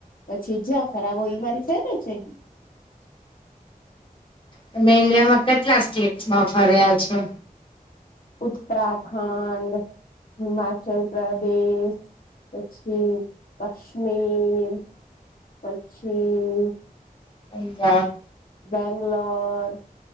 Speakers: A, on the left (about 70°); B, on the left (about 35°).
A: પછી જ્યાં ખરાબ હો એ મારી ફેરત છે
B: તમે ઇન્ડિયામાં કેટલા સ્ટેટ્માં ફર્યા છો
A: ઉત્તરાખંડ હિમાચલ પ્રદેશ પછી કશ્મીર પછી
B: પંજાબ
A: બેંગલોર